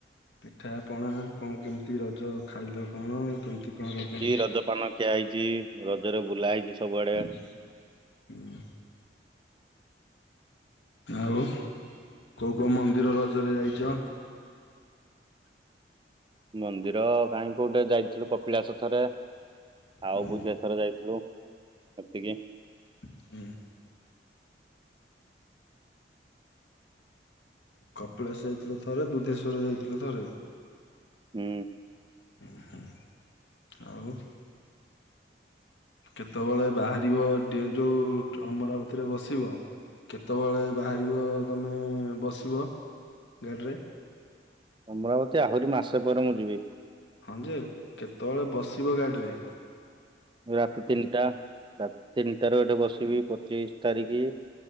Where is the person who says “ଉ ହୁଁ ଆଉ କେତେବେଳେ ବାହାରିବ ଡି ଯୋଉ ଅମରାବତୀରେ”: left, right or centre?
Left